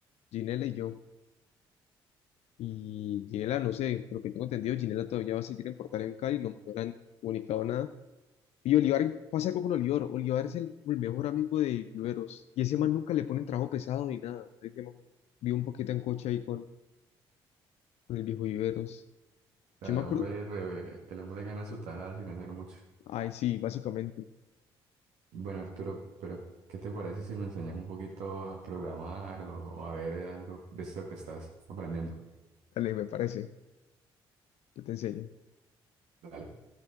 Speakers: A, on the left; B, on the right.
A: Ginela y yo. Y Ginela, no sé, por lo que tengo entendido, Ginela todavía va a seguir en Portal en Cali, no, no le han comunicado nada. Y Olivar, pasa algo con Olivar, Olivar es el, como el mejor amigo de Viveros, y ese man nunca le ponen trabajo pesado ni nada. Entonces yo vivo un poquito en coche ahí con, con el viejo Viveros.
B: sea,
A: Yo
B: el
A: me acuerdo,
B: hombre, reve- el hombre gana su tajada sin hacer mucho.
A: ay sí, básicamente,
B: Bueno, Arturo, pero ¿qué te parece si me enseñas un poquito a programar o, o a ver algo de esto que estás aprendiendo?
A: dale, me parece, yo te enseño.
B: Dale.